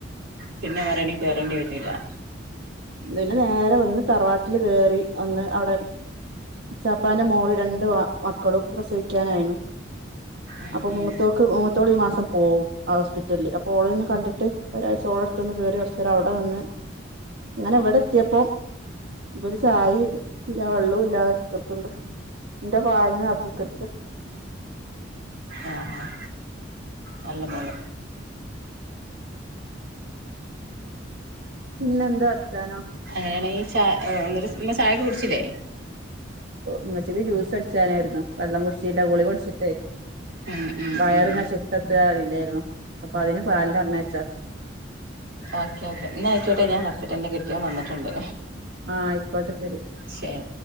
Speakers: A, on the right; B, on the right.
A: പിന്നെ വേറെങ്ങും കയറണ്ടി വരൂലാ
B: പിന്നെ നേരെ ഒന്ന് തറവാട്ടില് കേയറി ഒന്ന് അവിടെ ചപ്പാന്റെ മോള് രണ്ട് മക്കളും പ്രസവിക്കാനായിണു
A: ഉം
B: അപ്പൊ
A: ഉം
B: മൂത്തോക്ക് മൂത്തോള് ഈ മാസം പോവും ഹോസ്പിറ്റലിൽ അപ്പൊ ഓളന്ന് കണ്ടിട്ട് ഒരാഴ്ച ഓളടുത്തുന്ന് കയറി കുറച്ച് നേരം അവിടെ നിന്ന് അങ്ങനെ ഇവിടെ എത്തിയപ്പം ഇവിടെ ചായയും ഇല്ലാ വെള്ളവും ഇല്ലാ അത്തർക്കണ്ട് എന്റെ വാലിന് അത്തത്തർക്ക്
A: ആഹ് ആഹ് നല്ല മോല
B: പിന്നെ എന്താ വർത്താനം
A: അങ്ങനെയാണെങ്കിൽ ച ഒന്നിട്ട് ഉമ്മ ചായയൊക്കെ കുടിച്ചില്ലേ
B: ഉമ്മച്ചിക്ക് ജ്യൂസ് അടിച്ചാനായിരുന്നു വെള്ളം കുടിച്ചില്ല ഗുളിക കുടിച്ചിട്ടേ
A: ഉം ഉം
B: വയറിങ്ങനെ
A: ഉം
B: ചുട്ടട്ട് കാര്യാല്ലായിരുന്നു അപ്പൊ അതിന് പാലി പറഞ്ഞയച്ചാ
A: ഓക്കെ ഓക്കെ എന്നാ ആയിക്കോട്ടെ ഞാൻ വെക്കട്ടെ എന്റെ കെട്ടിയോൻ വന്നിട്ടുണ്ട്
B: ആഹ് ആയിക്കോട്ടെ ശെരി
A: ശെരി